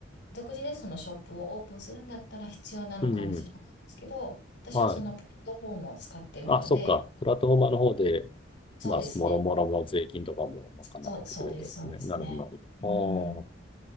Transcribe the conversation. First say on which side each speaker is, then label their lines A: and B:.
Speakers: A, on the left (about 65°); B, on the left (about 30°).
A: 独自でそのショップをオープンするんだったら必要なのかもしれないんですけど、
B: うんうん。
A: 私はそのプラットフォームを使ってるので、
B: はい。あ、そっか。プラットフォーマーの方で、
A: そうですね。
B: まあ、もろもろの税金とかも賄ってくれたやつね。
A: そう、そうです、そうですね。
B: なるほど、なるほど。
A: うん。